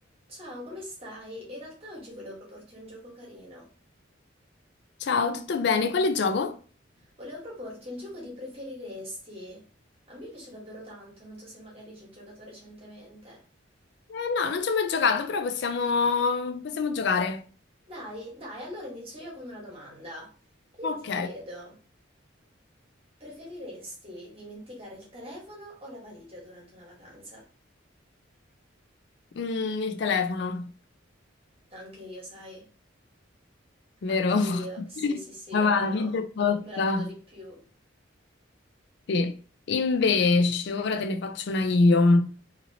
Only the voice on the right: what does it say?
Ciao, come stai? In realtà oggi volevo proporti un gioco carino.
Volevo proporti il gioco di preferiresti. A me piace davvero tanto, non so se magari ci hai giocato recentemente.
Dai, dai, allora inizio io con una domanda. E io
ti chiedo, preferiresti dimenticare il telefono o la valigia durante una vacanza?
Anche io, sai,
anche io. Sì,
sì, sì,
almeno
me la godo di più.